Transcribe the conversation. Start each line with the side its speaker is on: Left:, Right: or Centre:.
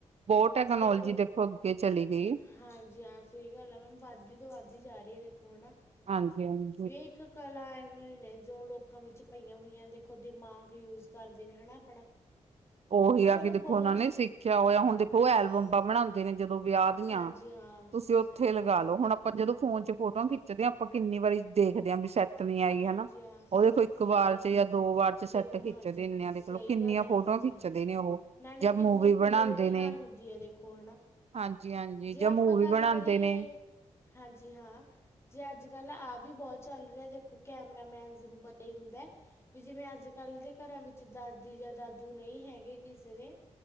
Right: ਬਹੁਤ ਟੈਕਨੋਲੋਜੀ
Left: ਜੀ ਦੇਖੋ
Right: ਅੱਗੇ ਚਲੀ ਗਈ।
Left: ਹਾਂਜੀ, ਹਾਂ ਸਈ ਗੱਲ ਐ ਮੈਮ, ਵੱਧ ਤੋਂ ਵੱਧ ਵੱਧੀ ਜਾ ਰਈ ਐ, ਦੇਖੋ ਹਨਾ?
Right: ਹਾਂਜੀ-ਹਾਂਜੀ।
Left: ਵੇਖ ਕਲਾ ਐਵੇਂ ਨੇ ਜੋ ਲੋਕਾਂ ਵਿੱਚ ਪਈਆਂ ਹੋਈਆਂ ਨੇ, ਦੇਖੋ ਦਿਮਾਗ ਯੂਜ਼ ਕਰਦੇ ਨੇ ਹੈ ਨਾ ਆਪਣਾ। <inaudible>
Right: ਓਹੀ ਆ
Left: ਚਲੋ
Right: ਕਿ ਦੇਖੋ
Left: ਬਹੁਤ
Right: ਓਨਾਂ ਨੇ ਸਿੱਖਿਆ ਹੋਇਆ, ਹੁਣ ਦੇਖੋ
Left: ਹਾਂਜੀ
Right: ਐਲਬਮਬਾਂ
Left: ਹਾਂ
Right: ਬਣਾਂਦੇ ਨੇ ਜਦੋਂ ਵਿਆਹ ਦੀਆਂ,
Left: ਹਾਂਜੀ ਹਾਂ
Right: ਤੁਸੀਂ ਓਥੇ
Left: ਸਹੀ ਗੱਲ
Right: ਲਗਾ ਲੋ, ਹੁਣ ਆਪਾਂ ਜਦੋਂ ਫੋਨ 'ਚ ਫੋਟੋਆਂ ਖਿੱਚਦੇ ਆਂ, ਆਪਾਂ ਕਿੰਨੀ ਵਾਰੀ ਦੇਖਦੇ ਆਂ ਵੀ ਸੈ ਟ ਨੀ
Left: ਹੈ
Right: ਆਈ,
Left: ਹਾਂਜੀ
Right: ਹਨਾ
Left: ਹਾਂ
Right: ਓਦੇ ਕੋਲ ਇੱਕ
Left: ਸਹੀ
Right: ਵਾਰ
Left: ਗੱਲ ਹੈ
Right: 'ਚ ਜਾਂ ਦੋ ਵਾਰ 'ਚ
Left: ਦੇਖੋ
Right: ਸੈੱਟ ਖਿੱਚ
Left: ਹਾਂਜੀ
Right: ਦੇਨੇ ਆ, ਦੇਖਲੋ
Left: ਸਹੀ
Right: ਕਿੰਨੀਆਂ
Left: ਗੱਲ ਹੈ
Right: ਫੋਟੋਆਂ
Left: ਹਾਂਜੀ
Right: ਖਿ
Left: ਹਾਂ
Right: ਖਿੱਚਦੇ ਨੇ ਓਹੋ,
Left: ਨਾਲੇ
Right: ਜਾਂ
Left: ਕਿੰਨੀ
Right: ਮੂਵੀ ਬਨਾਣਦੇ
Left: ਕਲੀਅਰਟੀ
Right: ਨੇ।
Left: ਨਾਲ ਹੁੰਦੀ ਹੈ ਦੇਖੋ ਹੈ ਨਾ
Right: ਹਾਂਜੀ-ਹਾਂਜੀ,
Left: ਜੇ
Right: ਜਾਂ
Left: ਆਪਾਂ
Right: ਮੂੰਵੀ
Left: ਗੱਲ
Right: ਬਨਾਣਦੇ
Left: ਕਰੀਏ
Right: ਨੇ।
Left: ਹਾਂਜੀ ਹਾਂ। ਜੀ ਅੱਜ-ਕੱਲ੍ਹ ਆ ਵੀ ਬੋਤ ਚੱਲ ਰਿਆ, ਦੇਖੋ ਕੈਮਰਾਮੈਨਜ਼ ਨੂੰ ਪਤਾ ਈ ਹੁੰਦੈ। ਵੀ ਜਿਵੇਂ ਅੱਜ-ਕੱਲ੍ਹ ਦੇ ਘਰਾਂ ਵਿੱਚ ਦਾਦੀ ਜਾਂ ਦਾਦੂ ਨਈ ਹੈਗੇ ਕਿਸੇ ਦੇ